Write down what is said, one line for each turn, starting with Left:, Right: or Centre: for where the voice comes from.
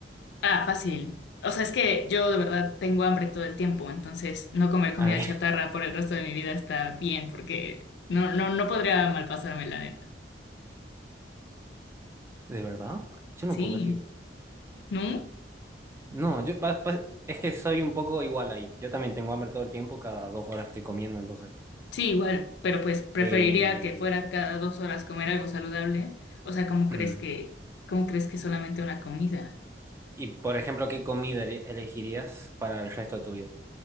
Left: Ah, fácil. O sea, es que yo de verdad tengo hambre todo el tiempo, entonces no comer comida
Right: A mí,
Left: chatarra
Right: <laughs>
Left: por el resto de mi vida está bien, porque no, no, no podría malpasarme, la neta.
Right: ¿de verdad? Yo no
Left: Sí,
Right: podría.
Left: ¿no?
Right: No, yo pa- pa- es que soy un poco igual ahí. Yo también tengo hambre todo el tiempo, cada dos horas estoy comiendo, entonces.
Left: Sí, igual, pero pues preferiría
Right: Eh,
Left: que fuera cada dos horas comer algo saludable. O sea, ¿cómo crees
Right: mm.
Left: que, cómo crees que solamente una comida?
Right: Y, por ejemplo, ¿qué comida ele- elegirías para el resto de tu vida?